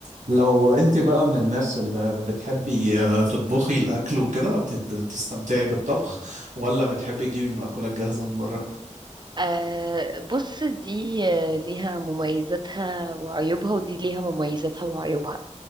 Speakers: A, on the right (about 70°); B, on the right (about 35°).
A: لو انت بقى من الناس اللي بتحبي آه، تطبخي الاكل وكده بتت- بتستمتعي بالطبخ ولا بتحبي تجيبي المأكولات جاهزة من بره
B: آه بص دي آه، ليها مميزاتها وعيوبها ودي ليها مميزاتها وعيوبها